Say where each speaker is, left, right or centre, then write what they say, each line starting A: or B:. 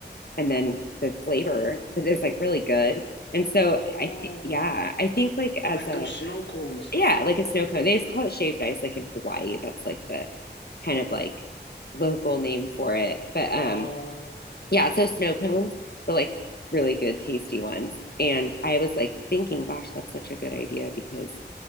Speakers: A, on the left; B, on the left.
A: and then the flavor but like really good. And so
B: Oh,
A: I think yeah, I think like as
B: like
A: a
B: those snow cones.
A: yeah, like a snow cone. They just call it shaved ice like in Hawaii. That's like the kind of like local name for it. But um
B: Oh,
A: yeah, so snow cones, but like really good, tasty ones. And I was like thinking, gosh, that's such a good idea because